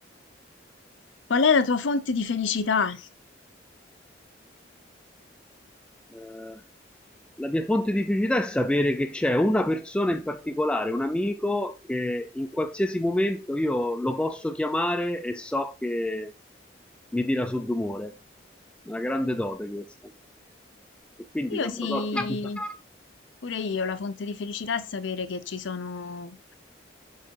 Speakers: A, on the left; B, in the centre.
A: Qual è la tua fonte di felicità?
B: Eh, la mia fonte di felicità è sapere che c'è una persona in particolare, un amico, che in qualsiasi momento io lo posso chiamare e so che mi tira su d'umore. Una grande dote questa. E quindi
A: Io
B: quando
A: sì,
B: so che ho bisogno...
A: pure io, la fonte di felicità è sapere che ci sono